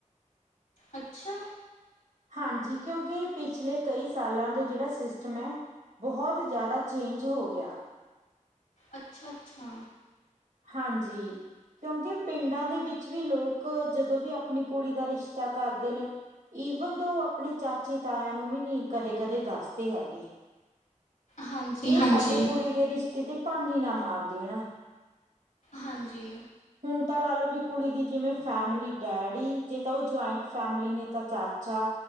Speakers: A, on the left; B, on the right.
A: ਅੱਛਾ
B: ਹਾਂਜੀ ਕਿਉਂਕਿ ਪਿਛਲੇ ਕਈ ਸਾਲਾਂ ਤੋਂ ਜੇੜਾ ਸਿਸਟਮ ਐ। ਬਹੁਤ ਜਾਦਾ ਚੇਂਜ ਹੋ ਗਿਆ।
A: ਅੱਛਾ-ਅੱਛਾ
B: ਹਾਂਜੀ ਕਿਉਂਕਿ, ਪਿੰਡਾਂ ਦੇ ਵਿੱਚ ਵੀ ਲੋਕ, ਜਦੋਂ ਵੀ ਆਪਣੀ ਕੁੜੀ ਦਾ ਰਿਸ਼ਤਾ ਕਰਦੇ ਨੇ ਈਵਨ ਦੋ ਓ ਆਪਣੇ ਚਾਚੇ-ਤਾਇਆ ਨੂੰ ਵੀ ਨਹੀਂ, ਕਦੇ-ਕਦੇ ਦੱਸਦੇ ਹੈਗੇ
A: ਹਾਂਜੀ
B: ਕਿ
A: ਹਾਂਜੀ
B: ਸਾਡੇ ਕੁੜੀ ਦੇ ਰਿਸ਼ਤੇ ਦੀ, ਭਾਨੀ ਨਾ ਮਾਰ ਦੇਣ
A: ਹਾਂਜੀ।
B: ਹੁਣ ਤਾਂ ਲਾ ਲਓ ਵੀ ਕੁੜੀ ਦੀ ਜਿਵੇਂ ਫੈਮਿਲੀ, ਡੈਡੀ, ਜੇ ਤਾਂ ਓ ਜੋਏਂਟ ਫੈਮਿਲੀ ਨੇ ਤਾਂ ਚਾਚਾ